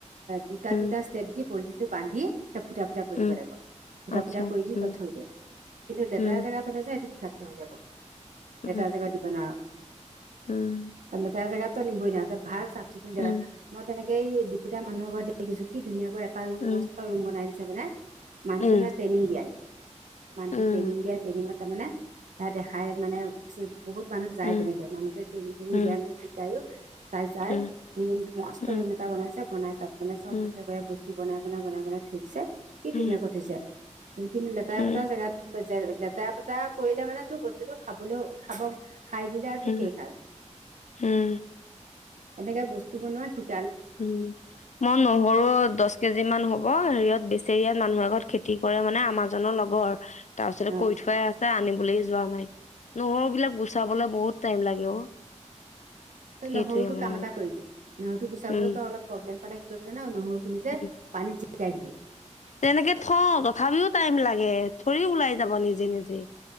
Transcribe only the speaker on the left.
উম
উম
আচ্ছা,
উম,
উম,
উম,
উম,
উম,
উম,
উম,
উম, উম,
উম,
উম,
উম, উম,
উম,
উম,
উম, উম,
উম,
উম, উম,
উম,
উম মই নহৰু দহ কেজি মান হ'ব হেৰিয়ত বেছি চৰিয়াত মানুহ আগত খেতি কৰে মানে মানুহজনৰ লগৰ তাৰ পিছতে
কৈ থোৱাই আছে আনিবলৈ যোৱা নাই। নহৰু বিলাক গুচাবলে বহুত টাইম লাগে অ।
সেইটোয়ে
মানে
কথা।
উম,
উম।
তেনেকে থওঁ তথাপিও টাইম লাগে থৰি ওলাই যাব নিজে নিজে।